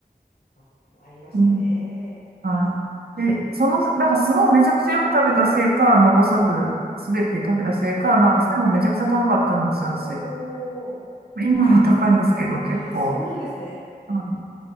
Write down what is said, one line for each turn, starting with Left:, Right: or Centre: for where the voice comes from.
Left: ーあ、ありましたね。
Right: うん。はい。で、その、なんか相撲をめちゃくちゃよく食べたせいか、残さず、すべて食べたせいか、
Left: うん。
Right: なんか背もめちゃくちゃ高かったんですよ、
Left: おお、
Right: 私。今は高いんですけど、
Left: ああ、
Right: 結構。
Left: そうなんですね。
Right: うん